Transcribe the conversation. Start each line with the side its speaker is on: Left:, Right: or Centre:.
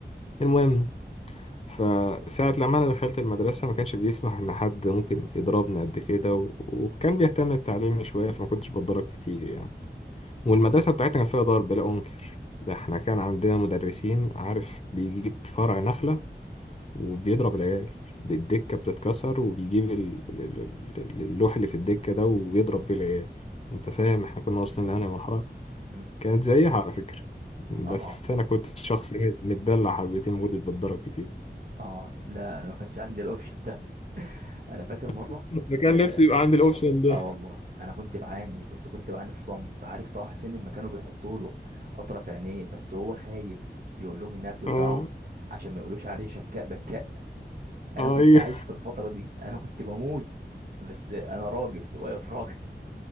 Left: المهم فساعة لما أنا دخلت المدرسة ما كانش بيسمح إن حد ممكن يضربني قد كده و... وكان بيهتم بتعليمي شوية فما كنتش بتضرب كتير يعني والمدرسة بتاعتنا كان فيها ضرب لا أنكر ده احنا كان عندنا مدرسين عارف بيجيب فرع نخلة وبيضرب العيال بالدكة بتتكسر وبيجيب ال- ال- ال- ال- اللوح اللي في الدكة ده وبيضرب بيه العيال انت فاهم احنا كنا واصلين لأنهي مرحلة
Right: مم.
Left: كانت زيها على فكرة بس
Right: اه
Left: أنا كنت شخص إيه، متدلع حبتين ما كنتش بتضرب كتير
Right: اه لا انا ما كانش عندي الاوبشن ده <laughs> انا فاكر مره
Left: <laughs> ده كان
Right: اه
Left: نفسي يبقى عندي الاوبشن ده
Right: آه والله انا كنت بعاني بس كنت بعاني في صمت عارف طه حسين لما كانوا بيحطوا له اطرف عينيه بس هو خايف يقول لهم انها بتوجعه
Left: اه
Right: عشان ما يقولوش عليه شكاء بكاء انا
Left: اه
Right: كنت
Left: ايوه
Right: عايش في الفتره دي انا كنت بموت بس انا راجل واقف راجل